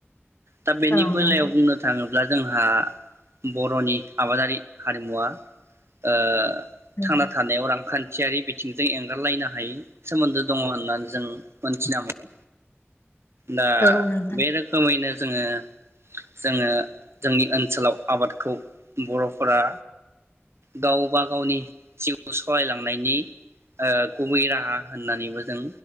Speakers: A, on the right; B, on the left.
A: दा बेनि
B: औ
A: बेलायाव
B: नोंथां
A: बुंनो थाङोब्ला जोंहा बर'नि आबादारि। हारिमुवा ओ
B: औ
A: थांना थानायाव रांखान आरि बिथिंजों एंगारलायना हायि सोमोन्दो दङ होननानै जों मोनथिना मोनो। दा
B: औ नोंथां
A: बे रोखोमैनो जोङो जोङो जोंनि ओनसोलाव आबादखौ बर'फोरा गावबा गावनि जिउ सलायलांनायनि ओ गुबै राहा होननानैबो जों